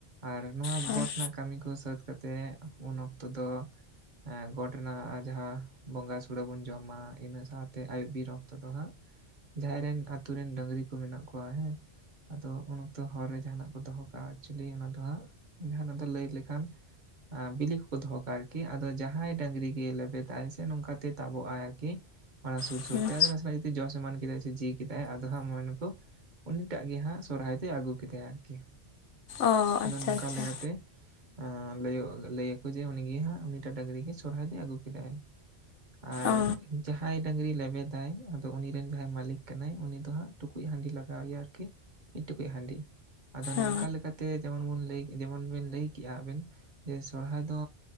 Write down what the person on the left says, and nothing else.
ᱦᱳᱭ
ᱦᱩᱸ
ᱚ
ᱟᱪᱪᱷᱟ
ᱟᱪᱪᱷᱟ
ᱚ
ᱚ